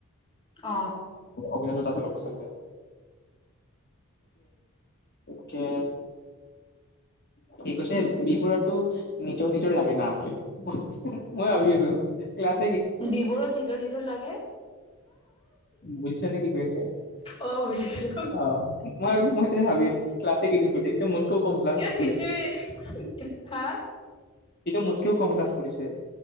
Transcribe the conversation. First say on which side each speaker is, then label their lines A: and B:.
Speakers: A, on the left; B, on the left.
A: অ
B: আভিনাচ তাত পাব চাগে সেইটো তাকেকৈছে বি বৰুৱা নিজৰ নিজৰ লাগে না বুলি মই ভাবি আছো ক্লাছ
A: বিবোৰত নিজৰ নিজৰ লাগে
B: বুজিছে নে কি কৰিছে
A: অ বুজিছো
B: আহ মই ভাব মই ভাবি ক্লাছে কেইদিন কৰিছেয়া মোতকৈও কম ক্লাছে
A: এ সেইটোৱে হা
B: মোতকেও কম ক্লছ কৰিছে